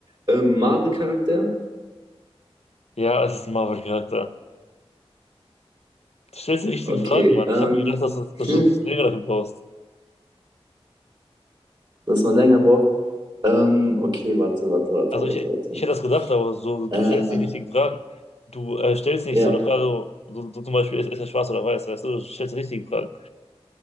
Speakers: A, on the right (about 45°); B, on the left (about 80°).
A: Ähm, Marvel-Charakter?
B: Ja, es ist ein Marvel-Charakter. Du stellst die richtigen
A: Okay,
B: Fragen, Mann.
A: ähm,
B: Ich habe gedacht, dass, du- dass
A: hm,
B: du ein bisschen länger dafür brauchst.
A: dass man länger braucht. Ähm, okay, warte, warte, warte,
B: Also
A: warte,
B: ich, ich
A: warte.
B: hätte das gedacht, aber so, du
A: Äh,
B: stellst die richtigen Fragen. Du äh, stellst nicht
A: ja,
B: so eine Frage, so, so zum Beispiel, ist, ist er schwarz oder weiß, weißt du? Du stellst die richtigen Fragen.